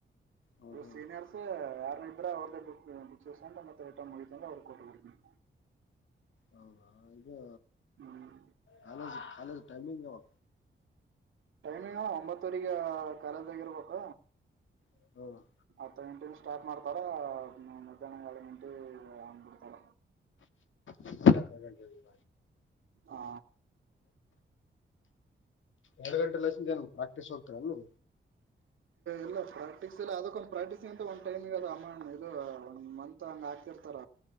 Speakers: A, on the left; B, on the right.
A: ಹಾ
B: ನೀವ
A: ಹಾ
B: ಸೀನಿಯರ್ಸ್ ಯಾರ ಇಬ್ಬರ ಅವರದ ಬುಕ್ ಬುಕ್ಸ್ ಇಸಕೊಂಡ ಮತ್ತೆ ರಿಟನ್ ಅವರಗಿ ಕೊಟ್ಟ ಬಿಡ್ತೀನಿ
A: ಹೌದ ಇದು
B: ಹ್ಮ್
A: ಕಾಲೇಜ ಕಾಲೇಜ ಟೈಮಿಂಗ್ ಯಾವಾಗ
B: ಟೈಮಿಂಗ ಅಣ್ಣಾ ಒಂಬತ್ತುವರಿಗೆ ಕಾಲೇಜದಾಗ ಇರಬೇಕ್.
A: ಯಾವಾಗ
B: ಹತ್ತ ಗಂಟೆ ಸ್ಟಾರ್ಟ್ ಮಾಡ್ತಾರ ಮಧ್ಯಾಹ್ನ ಎರಡ ಗಂಟೆ- ಹಂಗ ಬಿಡ್ತಾರ.
A: <unintelligible>
B: ಹಾ
A: ಎರಡು ಗಂಟೆ ಲಸೇದೆನು. ಪ್ರಾಕ್ಟೀಸ್ ಹೋಗ್ತಿಯ ಅನ್ನು
B: ಇಲ್ಲ ಪ್ರಾಕ್ಟೀಸ್ ಇಲ್ಲ ಅದಕ್ಕೊಂದ ಪ್ರಾಕ್ಟೀಸಿ ಗಂತ ಒಂದ್ ಟೈಮಿಂಗ್ ಅಮಾ ಅದ ಇದು ಒನ್ ಮಂತ್ ಹಂಗ ಹಾಕ್ತಿರ್ತಾರ